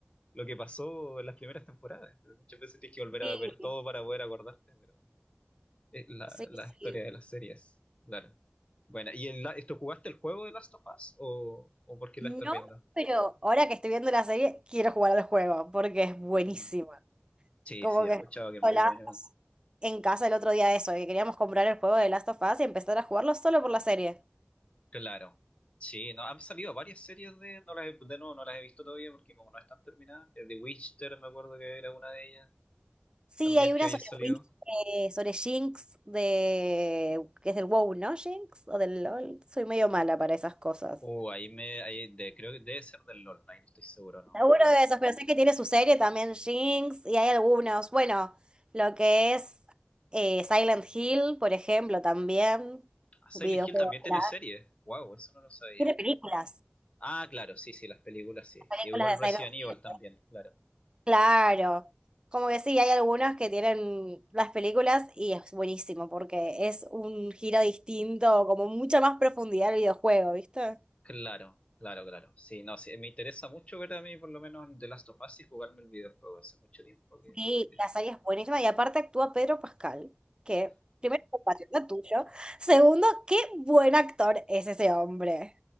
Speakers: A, on the left; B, on the right.
A: lo que pasó en las primeras temporadas. Pero muchas veces tienes que volver
B: Sí,
A: a ver todo para poder acordarte, pero es la,
B: Sí,
A: la historia
B: sí.
A: de las series, claro. Bueno, ¿y el, la- tú jugaste el juego de Last of Us o, o por qué
B: No,
A: la estás viendo?
B: pero ahora que estoy viendo la serie, quiero jugar al juego porque es buenísima.
A: Ujú. Sí,
B: Como
A: sí, he
B: que
A: escuchado que es
B: hola
A: muy bueno igual.
B: en casa el otro día de eso, que queríamos comprar el juego de Last of Us y empezar a jugarlo solo por la serie.
A: Claro. Sí, no, han salido varias series de, no las he, de nuevo, no las he visto todavía porque como no están terminadas, eh, The Witcher me acuerdo que era una de ellas,
B: Sí,
A: también
B: hay una
A: que había
B: sobre
A: salido.
B: Win- eh, sobre Jinx de que es del WoW, ¿no? Jinx o del LoL. Soy medio mala para esas cosas.
A: Uh, ahí me, ahí de- creo que debe ser del LOL, no, ahí no estoy seguro, no,
B: Seguro
A: no, no,
B: de esos, pero sé que tiene su serie también, Jinx, y hay algunos. Bueno, lo que es eh, Silent Hill, por ejemplo, también.
A: Ah, Silent
B: Videojuegos,
A: Hill también tiene
B: claro.
A: serie. Wow, eso no lo sabía.
B: Tiene películas,
A: Ah, claro, sí, sí, las películas sí.
B: las
A: Sí,
B: películas
A: igual
B: de
A: Resident
B: Silent
A: Evil
B: Hill.
A: también, claro.
B: Claro. Como que sí, hay algunas que tienen las películas y es buenísimo porque es un giro distinto, como mucha más profundidad al videojuego, ¿viste?
A: Claro, claro, claro. Sí, no, sí, me interesa mucho ver a mí por lo menos The Last of Us y jugarme el videojuego. Hace mucho tiempo que...
B: Sí,
A: de-
B: la serie es buenísima y aparte actúa Pedro Pascal, que primero, compatriota tuyo. Segundo, qué buen actor es ese hombre.